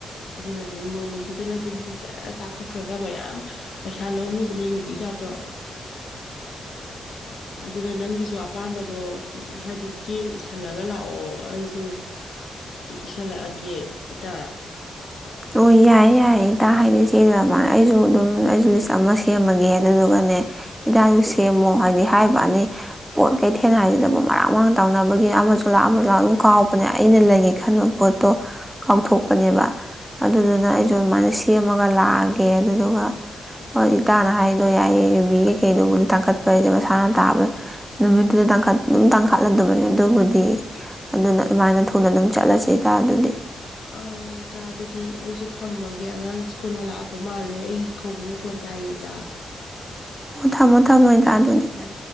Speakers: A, on the left; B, in the centre.
A: ꯑꯗꯨꯅ ꯑꯗꯨꯗ ꯅꯨꯃꯤꯠꯇꯨꯗ ꯂꯩꯕꯗꯨꯗꯤ ꯖꯔ ꯇꯥꯛꯈꯠꯈ꯭ꯔꯒ ꯃꯌꯥꯝ ꯄꯩꯁꯥ ꯂꯧꯅꯤꯗꯅ ꯌꯧꯕꯕꯤꯒꯗꯣ ꯑꯗꯨꯅ ꯅꯪꯒꯤꯁꯨ ꯑꯄꯥꯝꯕꯗꯣ ꯍꯥꯏꯗꯤ ꯆꯦ ꯜꯂꯒ ꯂꯥꯛꯑꯣ ꯑꯩꯁꯨ ꯏꯁꯤꯜꯂꯛꯑꯒꯦ ꯏꯇꯥ
B: ꯑꯣ ꯏ ꯌꯥꯏꯑ ꯌꯥꯌꯦ ꯏꯇꯥ ꯍꯥꯏꯅꯤ ꯁꯤꯗꯥꯏꯅ ꯑꯩꯁꯨ ꯑꯗꯨꯝ ꯑꯩꯁꯨ ꯂꯤꯁ ꯑꯃ ꯁꯦꯝꯃꯒꯦ ꯑꯗꯨꯗꯨꯒꯅꯦ ꯍꯤꯗꯥꯁꯨ ꯁꯦꯝꯃꯣ ꯍꯥꯏꯗꯤ ꯍꯥꯏꯕ ꯑꯅꯤ ꯄꯣꯠ ꯀꯩꯊꯦꯡꯅ ꯍꯥꯏꯔꯤꯁꯤꯗꯕꯨ ꯃꯔꯥꯡ ꯃꯔꯥꯡꯅ ꯇꯧꯅꯕꯒꯤ ꯑꯃꯁꯨꯡ ꯄꯣꯂꯥꯛ ꯄꯂꯥꯛ ꯑꯗꯨꯝ ꯀꯥꯎꯕꯅꯦ ꯑꯩꯅ ꯂꯩꯒꯦ ꯈꯟꯕ ꯄꯣꯠꯇꯣ ꯀꯥꯎꯊꯣꯛꯄꯅꯦꯕ ꯑꯗꯨꯗꯨꯅ ꯑꯩꯁꯨ ꯃꯥꯅꯁꯤ ꯁꯦꯝꯃꯒ ꯂꯥꯛꯑꯒꯦ ꯑꯗꯨꯗꯨꯒ
A: ꯎꯝ
B: ꯍ ꯏ ꯇꯅ ꯍꯥꯏ ꯑꯗꯣ ꯌꯥꯏꯌꯦ ꯌꯨꯕꯤ ꯀꯩꯀꯩꯗꯨꯕꯨꯗꯤ ꯇꯥꯡꯈꯠꯄ ꯍꯥꯏꯁꯦ ꯃꯁꯥꯅ ꯇꯥꯕꯗ ꯅꯨꯃꯤꯠꯇꯨꯗ ꯇꯥꯡꯈꯠ ꯑꯗꯨꯝ ꯇꯥꯡꯈꯠꯂꯗꯕꯅꯤꯅ ꯗꯨꯕꯨꯗꯤ ꯑꯗꯨꯅ ꯑꯗꯨꯃꯥꯏꯅ ꯊꯨꯅ ꯑꯗꯨꯝ ꯆꯠꯂꯁꯤꯗ ꯑꯗꯨꯗꯤ
A: ꯑꯧ ꯏꯇꯥ ꯑꯗꯨꯗꯤ ꯑꯩꯁꯨ ꯊꯝꯃꯥꯒꯦ ꯑꯉꯥꯡ ꯁꯀꯨꯜ ꯍꯥꯂꯞ ꯄ ꯃꯥꯜꯂꯦ ꯑꯩ ꯀꯧꯕ ꯃꯈꯣꯟ ꯇꯥꯏꯌꯦ ꯏꯇꯥ
B: ꯑꯣ ꯊꯝꯃꯣ ꯊꯝꯃꯣ ꯑꯣꯏ ꯇꯥ ꯑꯗꯨꯗꯤ
A: ꯎꯝ